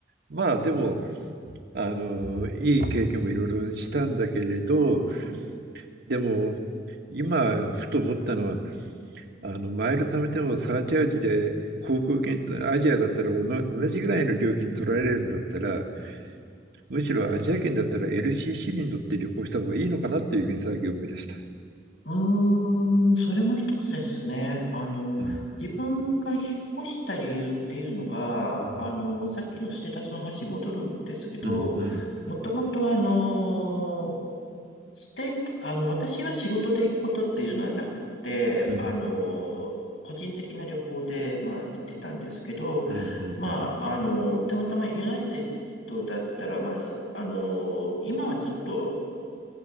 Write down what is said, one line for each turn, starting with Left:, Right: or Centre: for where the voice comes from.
Right: まあ、でも、あの、いい経験もいろいろしたんだけれど、
Left: うん、
Right: でも、今、ふと思ったのは、あの、マイル貯めてもサーチャージで航空券と、アジアだったらおな同じぐらいの料金取られるんだったら、むしろアジア圏だったら LCC に乗って旅行した方がいいのかなっていうふうに最近思い出した。
Left: うーん、それも一つですね。あの、
Right: うん。
Left: 自分が引っ越した理由っていうのが、
Right: うん。
Left: あの、さっきのステータスの話に戻るんですけど、
Right: うん。うん。
Left: もともとあのして、あの、私は仕事で行くことっていうのはなくて、
Right: うん。
Left: あの、個人的な旅行で、まあ、行ってたんですけど、
Right: うん。
Left: まあ、あの、たまたまユナイテッドだったら、まあ、あの、今はちょっと、